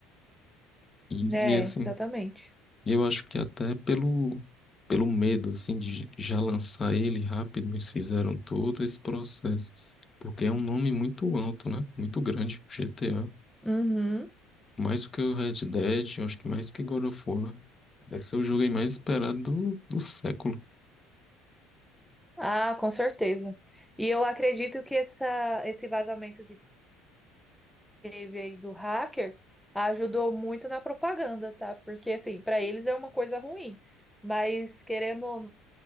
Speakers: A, on the left; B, in the centre.
A: E,
B: né,
A: e, assim,
B: exatamente.
A: eu acho que até pelo, pelo medo, assim, de já lançar ele rápido, eles fizeram todo esse processo. Porque é um nome muito alto, né? Muito grande, GTA.
B: Uhum.
A: Mais do que o Red Dead, eu acho que mais que God of War. Deve ser o jogo aí mais esperado do, do século.
B: Ah, com certeza. E eu acredito que essa, esse vazamento que teve aí do hacker ajudou muito na propaganda, tá? Porque, assim, para eles é uma coisa ruim, mas querendo ou